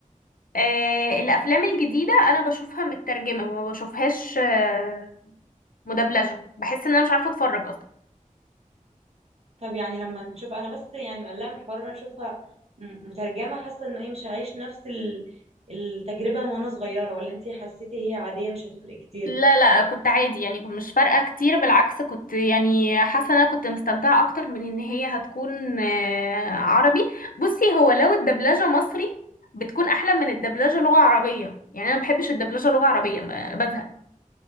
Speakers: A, on the left (about 80°); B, on the right (about 45°).
A: آه، الافلام الجديده انا بشوفها مترجمه ما بشوفهاش آه، مدبلجه بحس ان انا مش عارفه اتفرج اصلا
B: طب يعني لما نشوف انا بس يعني مقلقه من الحوار إن انا اشوفها م- مترجمه حاسه انه ايه مش هعيش نفس ال- التجربه من وانا صغيره ولا انت حسيتي هي عاديه مش هتفرق كتير
A: لا لا كنت عادي يعني كنت مش فارقة كتير بالعكس كنت يعني حاسة ان انا كنت مستمتعة اكتر من ان هي هتكون آه، عربي بصي هو لو الدبلجة مصري بتكون احلى من الدبلجة لغة عربية يعني انا ما بحبش الدبلجة لغة عربية ما- بزهق